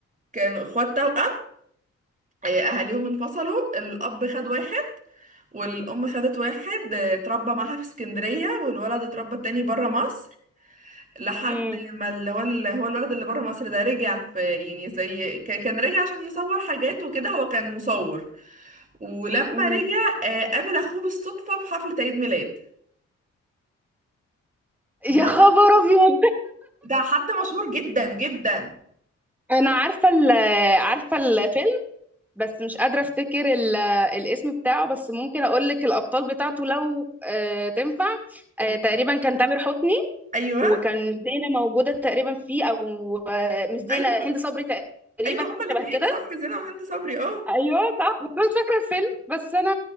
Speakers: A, on the right (about 25°); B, in the centre.
A: كانوا اخوات توأم آه، اهاليهم انفصلوا الاب خد واحد والام خدت واحد آه، اتربى معاها في اسكندريه والولد اتربى التاني بره مصر لحد
B: امم
A: ما اللي هو اللي هو الولد اللي بره مصر ده رجع في يعني زي ك- كان رجع عشان يصور حاجات وكده هو كان مصور ولما
B: امم
A: رجع آه، قابل اخوه بالصدفة في حفلة عيد ميلاد بتاع
B: يا خبر
A: حد
B: ابيض
A: بتاع حد مشهور جدا جدا
B: انا عارفه ال عارفه الفيلم بس مش قادره افتكر ال- الاسم بتاعه بس ممكن اقول لك الابطال بتاعته لو آه تنفع
A: أوكي.
B: آه تقريبا كان تامر حسني
A: ايوه
B: وكان زينه موجوده تقريبا فيه او آه مش زينه
A: ايوه
B: هند صبري تقريبا
A: ايوه هما
B: حاجه
A: الاثنين
B: شبه كده
A: صح زينة وهند صبري اه
B: ايوه صح بس أنا مش فاكره الفيلم بس انا